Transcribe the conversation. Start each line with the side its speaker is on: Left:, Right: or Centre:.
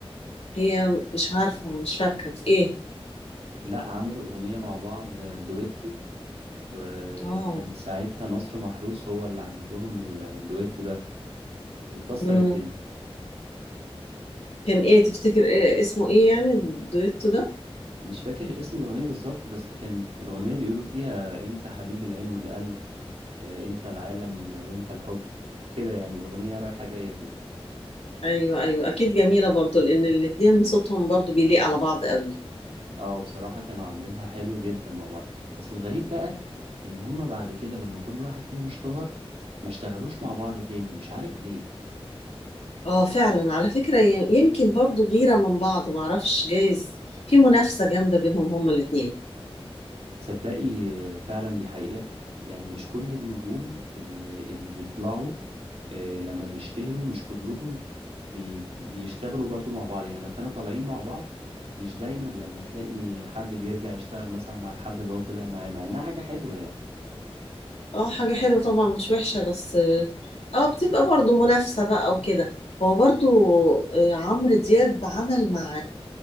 Left: هي مش عارفة مش فاكرة في ايه
Right: لا عملوا اغنية مع بعض آه، دويتو وكان
Left: اه
Right: ساعتها نصر محروس هو اللي عامل لهم الدويتو ده وكسر
Left: مم.
Right: الدنيا
Left: كان ايه تفتكر إيه اسمه ايه يعني الدويتو ده
Right: مش فاكر اسم الاغنية بالظبط بس كانت الاغنية بيقولوا فيها انت حبيب العين والقلب آه، انت العالم وانت الحب كده يعني اغنية رايحة جاية كده
Left: ايوه ايوه اكيد جميلة برضو لان الاتنين صوتهم برضو بيليق على بعض قوي
Right: اه بصراحة كانوا عاملينها حلو جدا مع بعض بس الغريب بقى ان هما بعد كده لما كل واحد فيهم اشتهر ما اشتغلوش مع بعض تاني مش عارف ليه
Left: اه فعلا على فكرة ي- يمكن برضو غيرة من بعض معرفش جايز في منافسة جامدة بينهم هما الاتنين
Right: تصدقي آه، فعلا دي حقيقة يعني مش كل النجوم اللي, اللي بيطلعوا آه، لما بيشتهروا مش كلهم بي بيشتغلوا برضو مع بعض يعني لو كانوا طالعين مع بعض مش دايما لما تلاقي حد بيرجع يشتغل مثلا مع الحد اللي هو طلع معاه مع انها حاجة حلوة يعني
Left: اه حاجة حلوة طبعا مش وحشة بس اه بتبقى برضو منافسة بقى وكده هو برضو آه، عمرو دياب عمل مع